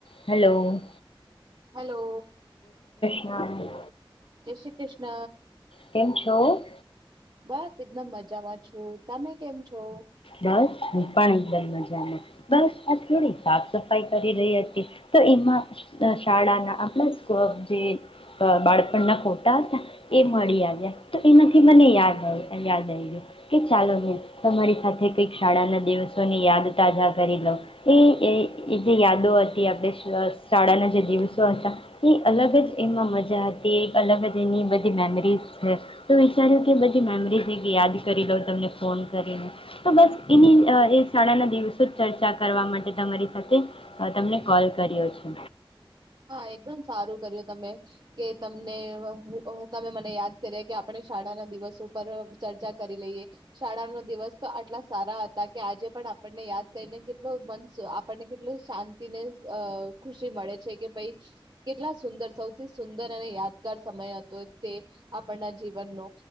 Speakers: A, on the left (about 80°); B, on the right (about 50°).
A: Hello
B: hello.
A: નાની
B: જય શ્રી ક્રિષ્ન.
A: કેમ છો?
B: બસ એકદમ મજામાં છું. તમે કેમ છો?
A: બસ હું પણ એકદમ મજામાં. બસ આ થોડી સાફ સફાઈ કરી રહી હતી. તો એમાં શાળાના આપણા સ્વ જે બાળપણના ફોટા હતા એ મળી આવ્યા. તો એમાંથી મને યાદ આવ્યું યાદ આયવી કે, ચાલો મે તમારી સાથે કંઈક શાળાના દિવસોની યાદ તાજા કરી લઉં. એ એ જે યાદો હતી આપણે શાળાના જે દિવસો હતા એ અલગ જ એમાં મજા હતી. એક અલગ જ એની બધી મેમરીઝ છે. તો વિચાર્યું કે બધી મેમરીઝ એક યાદ કરી લઉં તમને ફોન કરીને તો બસ એની એ શાળાના દિવસો જ ચર્ચા કરવા માટે તમારી સાથે તમને કોલ કર્યો છે.
B: હા, એકદમ સારું કર્યું. તમે કે તમને વહુ ઓ તમે મને યાદ કર્યા કે આપણે શાળા ના દિવસો પર ચર્ચા કરી લઈએ. શાળાનો દિવસ તો આટલા સારા હતા કે આજે પણ આપણને યાદ કરીને કેટલો મન આપણને કેટલી શાંતિને ખુશી મળે છે કે ભાઈ કેટલા સુંદર, સૌથી સુંદર અને યાદગાર સમય હતો તે આપણના જીવનનો